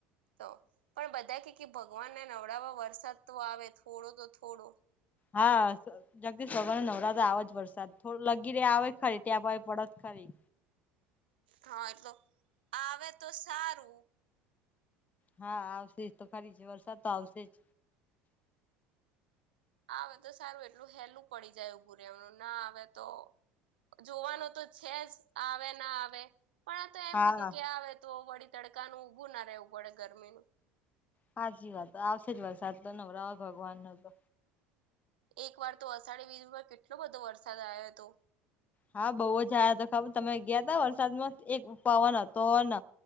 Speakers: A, on the right; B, on the left.
A: તો પણ બધા કે ભગવાનને નવડાવા વરસાદ તો આવે થોડો તો થોડો
B: હા જગદીશ સવારે નવરાંવા આવે જ વરસાદ થોડો લગી રહ્યા આવે ખરી ત્યાં ભાવ પડત ખરી
A: હા એટલો આવે તો સારું
B: હા આવશે જ તો ખરી છે વરસાદ તો આવશે જ
A: આવે તો સારું એટલું હેલું પડી જાય ઉભું રહે રહેવાનું ના આવે તો જોવાનું તો છે જ આવે ના આવે પણ આ તો એમ
B: હા
A: કીધું કે આવે તો વળી તડકાનું ઊભું ના રહેવું પડે ગરમીનુ
B: સાચી વાત આવશે જ વરસાદ તો નવરવા ભગવાન નો તો
A: એક વાર તો અષાઢી વીજમાં કેટલો બધો વરસાદ આવ્યો હતો
B: હા બઉુ જ આ તો ખબર તમે ગયા ત વરસાદમાં એક પાવન હતોને